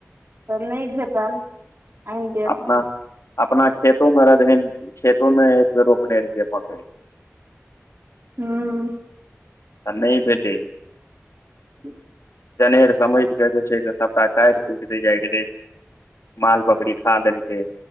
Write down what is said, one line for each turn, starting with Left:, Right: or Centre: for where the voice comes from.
Right: तऽ नहि भेटल आनि देब
Left: अपना अपना खेतो मे रह खेतो मे एक बेर रोपने रहियै मकइ
Right: हूंम्म
Left: तऽ नहि भेलै
Right: ह्म <inaudible>
Left: जनेर समझ कऽ जे छै से सभटा काटि कुटि दैय जाइ गेलै माल बकरी खा लेलकै